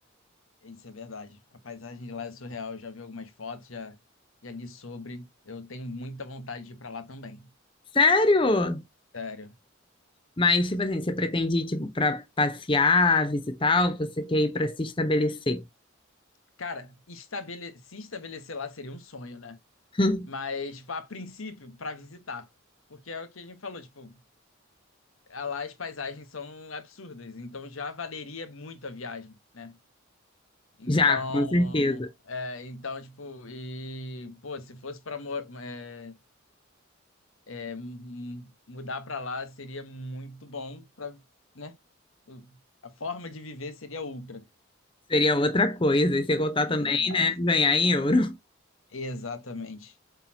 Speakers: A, on the left (about 80°); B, on the left (about 25°).
A: Isso é verdade. A paisagem de lá é surreal. Eu já vi algumas fotos, já, já li sobre. Eu tenho muita vontade de ir pra lá também.
B: Sério?
A: Sério.
B: Mas, tipo assim, você pretende ir, tipo, para passear, visitar, ou você quer ir para se estabelecer?
A: Cara, estabele... se estabelecer lá seria um sonho, né?
B: <laughs>
A: Mas, tipo, a princípio, pra visitar. Porque é o que a gente falou, tipo, lá as paisagens são absurdas. Então já valeria muito a viagem, né? Então,
B: Já, com certeza.
A: é, então, tipo, e, pô, se fosse pra mor- é, é, mu- mudar pra lá, seria muito bom pra, né? O- A forma de viver seria outra.
B: Seria outra coisa. E você contar
A: Exato.
B: também, né? Ganhar em euro.
A: Exatamente.